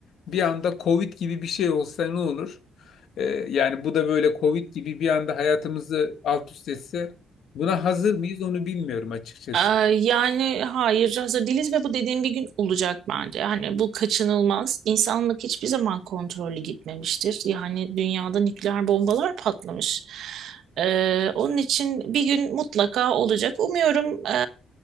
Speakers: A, on the left; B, on the right.
A: Bir anda Covid gibi bir şey olsa ne olur? E, yani bu da böyle Covid gibi bir anda hayatımızı alt üst etse buna hazır mıyız onu bilmiyorum açıkçası.
B: Ee, yani hayır hazır değiliz ve bu dediğim bir gün olacak bence. Yani bu kaçınılmaz. İnsanlık hiçbir zaman kontrollü gitmemiştir. Yani dünyada nükleer bombalar patlamış. Ee, onun için bir gün mutlaka olacak. Umuyorum e,